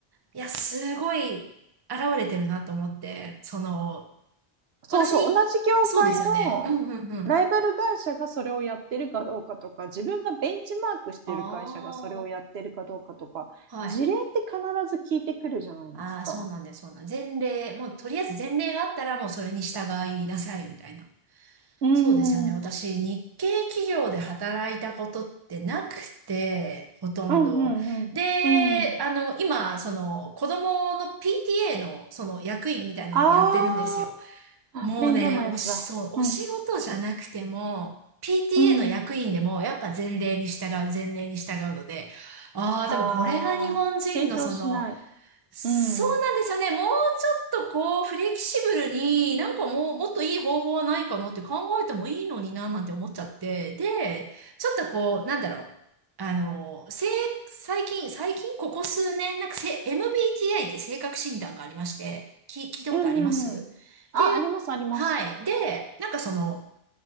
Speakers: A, on the right (about 30°); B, on the right (about 80°).
A: いや、すごい現れてるなと思って、その、
B: そうそう、
A: 私に、
B: 同じ業界のライバル会社がそれをやってるかどうかとか、
A: そうですよね。うんうんうん。
B: 自分がベンチマークしてる会社がそれをやってるかどうかとか、
A: ああ、はい。
B: 事例って必ず聞いてくるじゃないですか。
A: ああ、そうなんです、そうなんです。前例、もうとりあえず前例があったらもうそれに従いなさいみたいな。
B: うー
A: そうですよね。
B: ん
A: 私、日系企業で働いたことってなくて、ほとんど。
B: うんうんうん。
A: で、
B: うん。
A: あの、今、その、子供の PTA の、その、役員みたいなのをやってるんですよ。
B: ああ、
A: もうね、
B: 面倒なやつだ。
A: おし、そう、
B: うん。
A: お仕事じゃなくても、PTA
B: うん。
A: の役員でも、やっぱ前例に従う、前例に従うので、ああ、
B: ああ、
A: 多分これが日本人のその、
B: 成長しない。
A: そうなんですよね。
B: うん。うん
A: もうちょっとこう、フレキシブルに、なんかもう、もっといい方法はないかなって考えてもいいのにな、なんて思っちゃって。で、ちょっとこう、なんだろう。あの、せい、最近、最近ここ数年、なんかせ、MBTI って性格診断がありまして、き、聞いたことありますっていう、
B: うんうん。あ、あります、あります。
A: はい。で、なんかその、